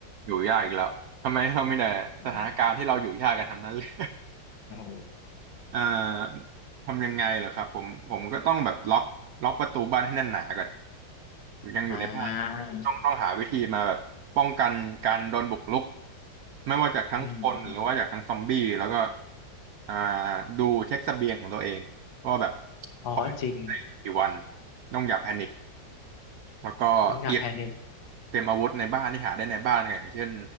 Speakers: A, on the right; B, on the left.
A: อยู่ยากอีกแล้วทำไมเราไม่ได้สถานการณ์ที่เราอยู่ยากกันทั้งนั้นเลย
B: อืมโอ้โห
A: <laughs> เอ่อทำยังไงเหรอครับผมผมก็ต้องแบบล็อกล็อกประตูบ้านให้แน่นหนาก่อนยังอยู่ในบ้าน
B: อ่า
A: ต้องต้องหาวิธีมาแบบป้องกันการโดนบุกรุกไม่ว่าจากทั้งคนหรือว่าจากทั้งซอมบี้แล้วก็
B: อืม
A: อ่าดูเช็คเสบียงของตัวเองว่าแบบ
B: อ๋อจริง
A: ปล่อยได้กี่วันต้องอย่าแพนิค แล้วก็เตรียม
B: ต้องอย่าแพนิค
A: เตรียมอาวุธในบ้านที่หาได้ในบ้านไงอย่างเช่น